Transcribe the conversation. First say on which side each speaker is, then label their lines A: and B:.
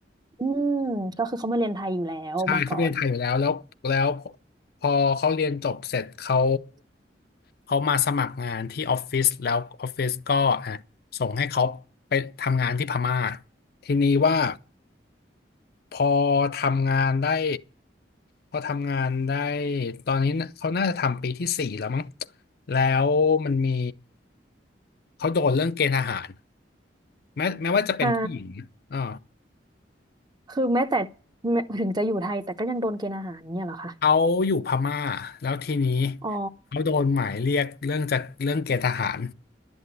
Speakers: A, on the right (about 25°); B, on the left (about 55°).
A: อืมก็คือเขามาเรียนไทยอยู่แล้วมาก่อน
B: ใช่เขาไปเรียนไทยอยู่แล้วแล้วแล้วพอเขาเรียนจบเสร็จเขาเขามาสมัครงานที่ออฟฟิศแล้วออฟฟิศก็อ่ะส่งให้เขาไปทำงานที่พม่าทีนี้ว่าพอทำงานได้พอทำงานได้ตอนนี้น่ะเขาน่าจะทำปีที่สี่แล้วมั้งแล้วมันมีเขาโดนเรื่องเกณฑ์ทหารแม้แม้ว่าจะเป็นผู้หญิงอ่า
A: ฮะคือแม้แต่แม้ถึงจะอยู่ไทยแต่ก็ยังโดนเกณฑ์อาหารเนี่ยเหรอคะ
B: เขาอยู่พม่าแล้วทีนี้
A: อ๋อ
B: เขาโดนหมายเรียกเรื่องจากเรื่องเกณฑ์ทหาร